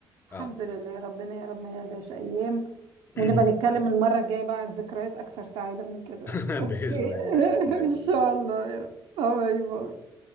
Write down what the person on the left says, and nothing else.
اه
<coughs>
<clears throat>
باذن الله
باذن
الله